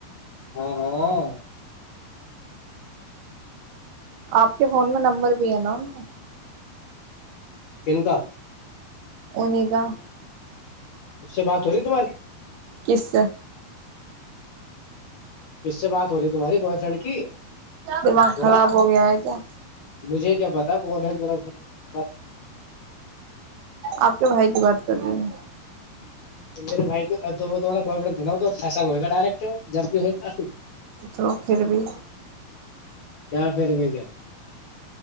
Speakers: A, on the left (about 55°); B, on the right (about 80°).
A: ہاں ہاں
B: آپ کے فون میں نمبر بھی ہے نا ان کا
A: کن کا
B: اننے کاا
A: سے بات ہو رہی تمہاری
B: کس
A: کس سے بات ہو رہی ہے تمہاری بوائے فرینڈ کی
B: دماغ
A: تمہارا
B: خراب ہو گیا ہے کیا
A: مجھے کیا پتا کون ہےا
B: آپ کے بھائی کی بات کر رہے ہیں
A: میرے بائی تو وہ ب فڈ بنا ہو توسا میں ہوئے گ ڈائریکٹ جب بھی ہوفی
B: تو پھر بھی
A: کیا پھر میں کیا